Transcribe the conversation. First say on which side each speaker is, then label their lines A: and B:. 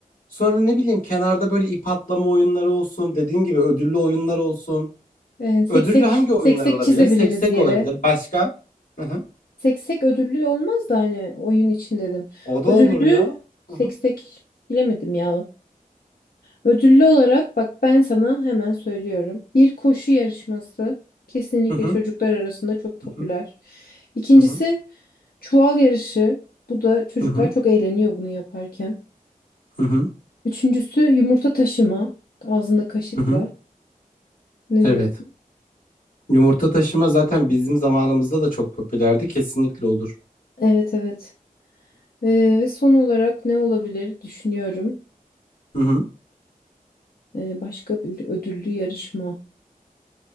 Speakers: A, on the left; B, on the left.
A: Sonra ne bileyim kenarda böyle ip atlama oyunları olsun. Dediğim gibi ödüllü oyunlar olsun.
B: Ee, seksek,
A: Ödüllü hangi oyunlar
B: seksek
A: olabilir?
B: çizebiliriz
A: Seksek
B: yere.
A: olabilir. Başka? Hı hı.
B: Seksek ödüllü olmaz da hani oyun için dedim.
A: O
B: Ödüllü
A: da olur ya.
B: seksek
A: Hı hı.
B: bilemedim ya. Ödüllü olarak bak ben sana hemen söylüyorum. Bir koşu yarışması kesinlikle
A: Hı hı.
B: çocuklar arasında çok popüler.
A: Hı hı.
B: İkincisi
A: Hı hı.
B: çuval yarışı. Bu da çocuklar
A: Hı
B: çok eğleniyor bunu yaparken.
A: hı.
B: Üçüncüsü yumurta taşıma ağzında kaşıkla.
A: Hı hı.
B: Ne
A: Evet.
B: diyorsun?
A: Yumurta taşıma zaten bizim zamanımızda da çok popülerdi. Kesinlikle olur.
B: Evet evet. Ee, ve son olarak ne olabilir düşünüyorum.
A: Hı hı.
B: Ee, başka bir ödüllü yarışma.